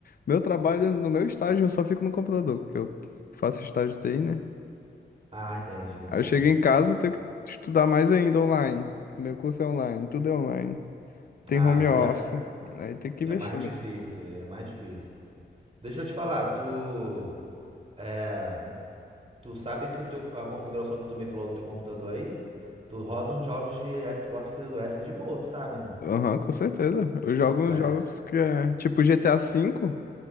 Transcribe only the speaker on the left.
Meu trabalho, no meu estágio, eu só fico no computador, que eu faço estágio TI, né?
Aí
eu chego em casa, eu tenho que estudar mais ainda online. Meu curso é online, tudo é online. Tem
home
office.
Aí tem que
investir
mesmo.
Aham, com certeza. Eu jogo uns
jogos que é tipo GTA V.